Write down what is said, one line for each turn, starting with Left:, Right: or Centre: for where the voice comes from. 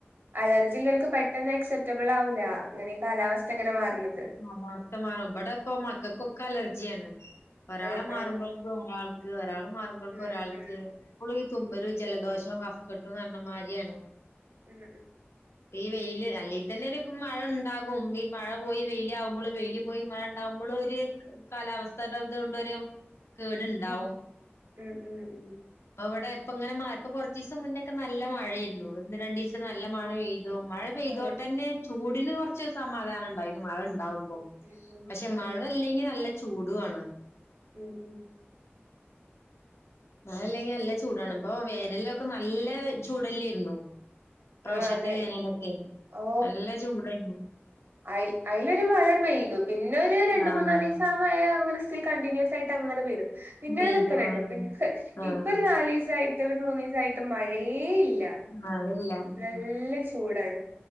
Right: അലർജിള്ളോൽക്ക്‌ പെട്ടെന്ന് എക്സെപ് റ്റബിള് ആവൂല ഇങ്ങനെ കാലാവസ്ഥ ഇങ്ങനെ മാറണത്
Left: ആ <unintelligible> ബടെ പ്പോ മക്കൾക്കൊക്കെ അലർജി ജിയാണ് ഒരാളെ
Right: ആഹ്
Left: മാറുമ്പോൾക്ക്
Right: ആഹ്
Left: ഒരാൾക്ക് ഒരാളെ മാറുമ്പോൾക്ക
Right: ഉം
Left: ഒരാൾക്ക്
Right: ഉം
Left: പ്പോളും ഈ തുമ്പലും
Right: ഉം
Left: ജലദോഷവും കഫ്കട്ടുംന്ന് പറഞ്ഞ മാരിയാണ്.
Right: ഉം
Left: ഇപ്പ ഈ വെയില് അല്ലെങ്കി തന്നെ രു മഴ ഇണ്ടാകും മഴ പോയി വെയില ആവ്മ്പോഴും വെയില് പോയി മഴ ഇ ണ്ടാവുമ്പോഴും ഒരു കാലാവസ്ഥയുടെ ഇതോണ്ടെരു കേട്ണ്ടാവും
Right: ഉം ഉം ഉം ഉം
Left: അവിടെ ഇപ്പ ഇങ്ങനെ മയ പ്പോ കൊറച്ചീസം മുന്നേ ഒക്കെ നല്ല മഴയായിരുന്നു ഒന്ന് രണ്ടീസ നല്ല
Right: ഉം
Left: മഴ പെയ്തു മഴ പെയ്തോട്ടെന്നെ
Right: അതെ
Left: ചൂട് ഇന്ന് കൊർച്ച് സമാധാനം ഇണ്ടായിന്നു മഴ ഉണ്ട്. ണ്ടാവുമ്പോ
Right: ഉം ഉം
Left: പഷേ
Right: ഉം അതെ
Left: മഴ ഇല്ലെങ്കി നല്ല ചൂടും ആണ്
Right: ഉം ഉം
Left: മഴ ഇല്ലെങ്കിൽ - നല്ല ചൂടാണ്
Right: ഉം.
Left: പ്പൊ വേനലൊക്കെ നല്ല ചൂടല്ലെർന്നോ ഇപ്രാവശ്യത്തെ
Right: ആ അതെ
Left: വേനലൊക്കെ
Right: ഓ
Left: നല്ല ചൂടെ
Right: അയ് അയ്ലൊരു മഴയ പെയ്തു പിന്നെ ഒരു രണ്ട്
Left: ആഹ്
Right: മൂന്നാലീസം ആ മഴ അങ്ങനെ സ് <unintelligible> പിന്നെ കണ്ടിട്ടിനുൻസ് ആയി അ മഴ പെയ്തു, പിന്നെ
Left: പെയ്തു
Right: നിൽക്കണ കണ്ടുഇപ്പൊ
Left: ആഹ് ആഹ്
Right: ഒരു നാലു ദിവസമായിട്ടു മൂന്നീസായിട്ട് മഴയേയില്ല
Left: മഴയില്ല ഉം
Right: നല്ല ചൂടാണ്